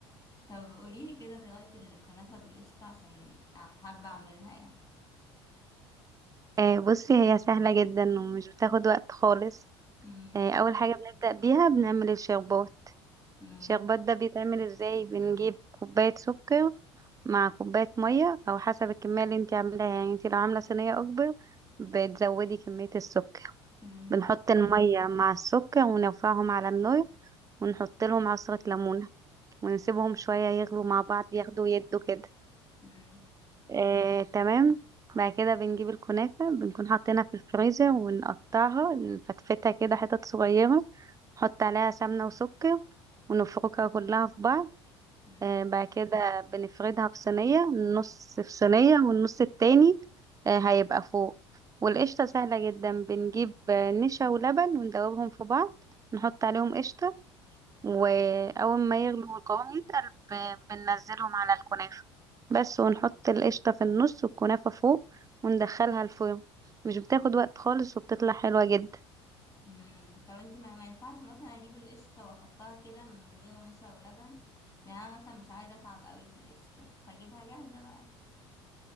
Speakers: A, on the left (about 25°); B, on the right (about 25°).
A: طب قوليلي كده طريقة الكنافة بالقشطة عشان حابة اعملها يعني
B: آه بصي هي سهلة جدا ومش بتاخد وقت خالص
A: مم.
B: آه اول حاجة بنبدأ بيها بنعمل الشربات
A: مم.
B: الشربات ده بيتعمل ازاي بنجيب كوباية سكر مع كوباية مية او حسب الكمية اللي انتي عاملاها يعني انتي لو عاملة صينية اكبر بتزودي كمية السكر
A: مم.
B: بنحط المية مع السكر ونرفعهم على النار ونحط لهم عصرة ليمون ونسيبهم شوية يغلوا مع بعض ياخدوا يدوا كده
A: مم.
B: آه، تمام بعد كده بنجيب الكنافة بنكون حاطينها في الفريزر ونقطعها نفتفتها كده حتت صغيرة نحط عليها سمنة وسكر ونفركها كلها في بعض
A: مم.
B: آه، بعد كده بنفردها في صينية نص في صينية والنص التاني آه، هيبقى فوق والقشطة سهلة جدا بنجيب آه، نشا ولبن وندوبهم في بعض نحط عليهم قشطة واول ما يغلو والقوام يتقل ب- بننزلهم على الكنافة بس ونحط القشطة في النص والكنافة فوق وندخلها الفرن مش بتاخد وقت خالص وبتطلع حلوة جدا
A: مم. طب انت ما, ما ينفعش مثلا اجيب القشطة واحطها كده من غير نشا ولبن يعني انا مثلا مش عايزة اتعب قوي في القشطة فاجيبها جاهزة بقى